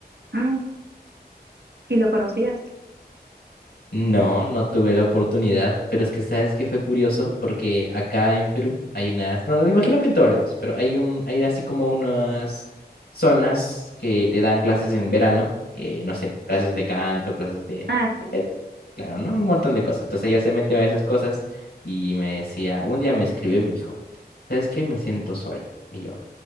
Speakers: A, on the right; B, on the left.
A: Ah, ¿y lo conocías?
B: No, no tuve la oportunidad, pero es que sabes que fue curioso porque acá en Perú hay unas, no, me imagino que en todos lados, pero hay un, hay así como unas zonas que te dan clases en verano, que no sé, clases de canto, clases de,
A: Ah, sí,
B: eh,
A: sí.
B: claro, ¿no? Un montón de cosas. Entonces ella se metió a esas cosas y me decía, un día me escribió y me dijo, ¿sabes qué? Me siento sola. y yo